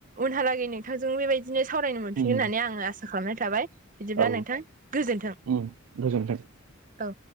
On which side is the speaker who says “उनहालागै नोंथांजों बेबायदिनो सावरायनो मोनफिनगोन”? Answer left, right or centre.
Right